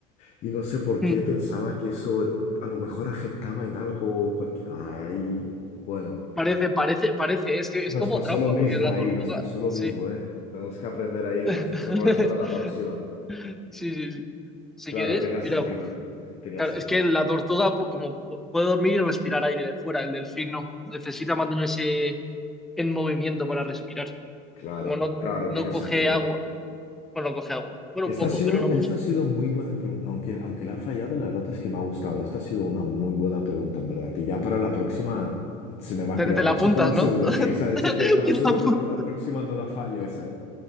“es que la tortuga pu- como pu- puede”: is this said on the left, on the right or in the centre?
Centre